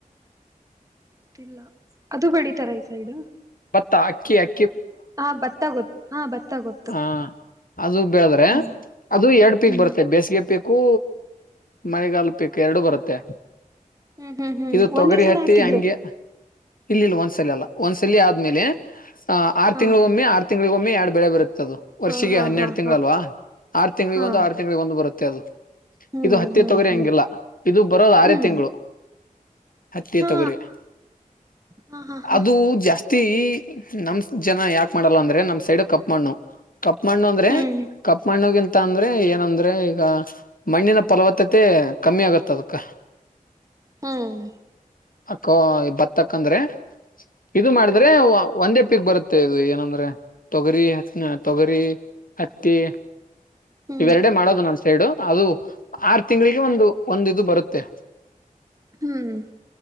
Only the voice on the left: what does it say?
ತಾಕಿಯ
ಹ ಅದು ಬೆಳದ್ರೆ
ಅದು ಎರಡ್ ಪೀಕ್
ಬರುತ್ತೆ ಬೇಸಿಗೆ ಪೀಕ್ ಕ್ಕೂ ಮನೆಗಲ್ಪು ಎರಡು ಬರುತ್ತೆ
ಇದು ತೊಗರಿ
ಹತ್ತಿ
ಹೆಂಗೆ ಇಲ್ಲಿ ಇಲ್ಲ ಒಂದ್ ಸಲಿ ಅಲ್ಲ ಒಂದ್ ಸಲ ಆದ್ಮೇಲೆ ಆಹ್ ಆರು
ತಿಂಗಳಿಗ ಒಮ್ಮೆ ಆರು ತಿಂಗಳಳಗ ಒಮ್ಮೆ ಎರಡು ಬೆಳೆ ಬರುತ್ತೆ ದು ವರ್ಷಿಗೆ
ಹನ್ನೆರಡು
ತಿಂಗಳಲ್ವಾ
ಆರ್ ತಿಂ್ಗಳಿಗೊಂದು
ಆರು ತಿಂ್ಗಳಿಗೊಂದು ಬರುತ್ತೆ ಅದು
ಇದು ಹತ್ಯೆ
ತೊಗರಿ
ಹಂಗಿಲ್ಲ ಇದು ಬರೋಲ್ಲ ಆರೇ
ತಿಂಗಳು ಹತ್ತಿ
ತೊಗರಿ
ಅದು ಜಾಸ್ತಿ ಹತ್ತಿ ನಮ್ ಜನ ಯಾಕೆ ಮಾಡಲ್ಲ ಅಂದ್ರೆ ನಮ್ ಸೈಡ ಕಪ್ ಮಣ್ಣು ಕಪ್ಪ್ಮಣ್ಣು ಅಂದ್ರೆ
ಕಪ್ಮಣ್ಣುಗಿಂತ ತ್ತ ಅಂದ್ರೆ ಏನಂದ್ರೆ ಈಗ ಮಣ್ಣಿನ ಫಲವತ್ತತೆ ಕಮ್ಮಿ ಆಗತ್ತ ಅದಕ್ಕ
ಅಕ್ಕೋ ಬತ್ತಕ್ಕಂದ್ರೆ ಇದು ಮಾಡಿದ್ರೆ ಒಂದೇ ಉಪ್ಪಿಕ್ ಬರುತ್ತೆ ಇದು ಏನಂದ್ರೆ ತೊಗರಿ ತೊಗರಿ ಹತ್ತಿ
ಇವೆರಡೆ ಮಾಡೋದು ನಮ್ ಸೈಡು ಅದು ಆರು ತಿಂಗಗಳಿಗೆ ಒಂದು ಒಂದ ಇದು ಬರುತ್ತೆ